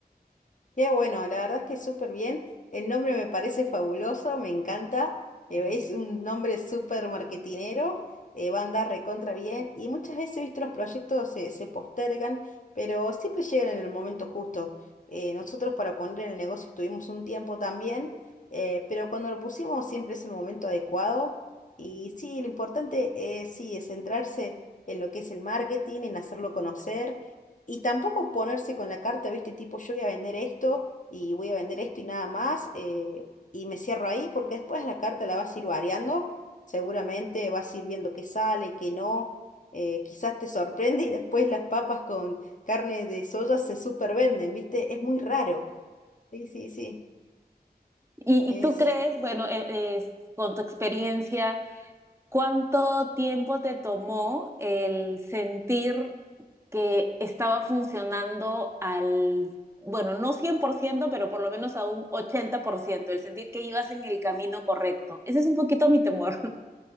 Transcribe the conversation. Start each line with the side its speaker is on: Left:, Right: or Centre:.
Left: Qué bueno, la verdad es que súper bien. El nombre me parece fabuloso, me encanta. eh, es un nombre súper marketinero, eh, va a andar recontra bien. Y muchas veces, he visto los proyectos se, se postergan, pero siempre llegan en el momento justo. Eh, nosotros para poner el negocio estuvimos un tiempo también, eh, pero cuando lo pusimos siempre es el momento adecuado. Y sí, lo importante es, sí, es centrarse en lo que es el marketing, en hacerlo conocer y tampoco ponerse con la carta, viste, tipo, yo voy a vender esto y voy a vender esto y nada más, eh, y me cierro ahí, porque después la carta la vas a ir variando, seguramente vas a ir viendo qué sale, qué no, eh, quizás te sorprende y después las papas con carne de soya se supervenden, viste, es muy raro. Sí, sí,
Right: ¿Y,
Left: sí,
Right: y tú crees, bueno, eh, eh, con tu experiencia ¿Cuánto tiempo te tomó el sentir que estaba funcionando al, bueno, no 100% pero por lo menos a un 80% el sentir que ibas en el camino correcto? Ese es un poquito mi temor.